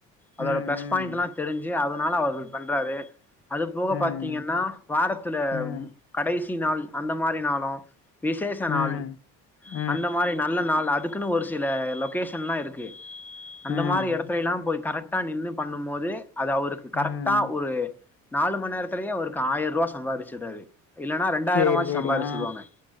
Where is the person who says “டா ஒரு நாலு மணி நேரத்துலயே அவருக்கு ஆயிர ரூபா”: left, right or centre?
Centre